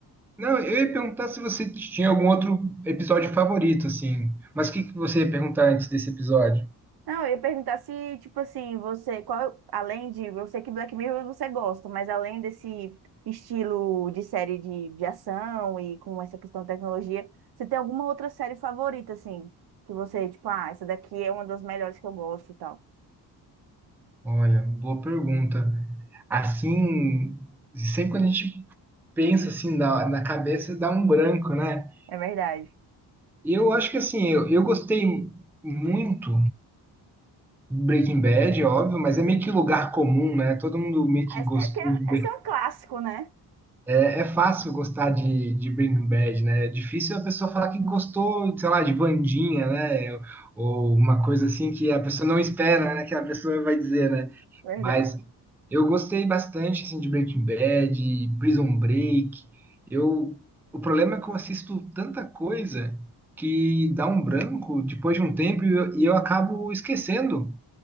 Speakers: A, in the centre; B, on the right.
A: Não, eu ia perguntar se você tinha algum outro episódio favorito, assim. Mas o que que você ia perguntar antes desse episódio?
B: Não, eu ia perguntar se, tipo assim, você, qual, além de, eu sei que Black Mirror você gosta, mas além desse estilo de série de, de ação e com essa questão de tecnologia, você tem alguma outra série favorita, assim, que você, tipo, ah, essa daqui é uma das melhores que eu gosto e tal.
A: Olha, boa pergunta. Assim, sempre quando a gente pensa assim na, na cabeça, dá um branco, né?
B: É verdade.
A: Eu acho que assim, eu, eu gostei muito Breaking Bad, é óbvio, mas é meio que lugar comum, né? Todo mundo meio que
B: É é
A: gostou
B: porque
A: de Breaking
B: esse é um clássico,
A: Bad.
B: né?
A: É, é fácil gostar de, de Breaking Bad, né? É difícil a pessoa falar que gostou, sei lá, de Vandinha, né? Ou uma coisa assim que a pessoa não espera, né? Que a pessoa vai dizer, né?
B: Verdade.
A: Mas eu gostei bastante, assim, de Breaking Bad, Prison Break. Eu, o problema é que eu assisto tanta coisa que dá um branco depois de um tempo e eu, e eu acabo esquecendo.